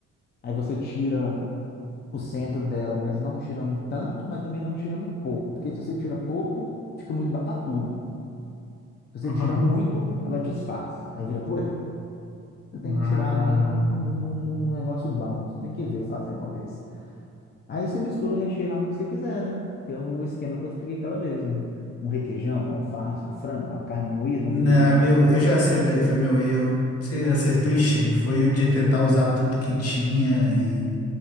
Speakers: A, on the left (about 35°); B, on the left (about 50°).
A: Aí você tira o centro dela, mas não tirando tanto, mas também não tirando pouco, porque se você tira pouco, fica muito batatudo. Se você
B: Uhum.
A: tira muito, ela desfaz, aí vira purê. Você tem
B: Ah,
A: que tirar ali num, num, num num negócio bom, você tem que ver fazer uma vez. Aí você mistura o recheio lá no que você quiser, né? Que é o esquema que eu te expliquei aquela vez, um, um requeijão, um alface, um frango, uma carne moída,
B: Não,
A: um pimentão,
B: meu,
A: uma cebola,
B: eu já
A: aí
B: sei
A: vai dar
B: onde
A: certo.
B: é que foi meu erro. Você acertou em cheio. Foi o de tentar usar tudo que tinha e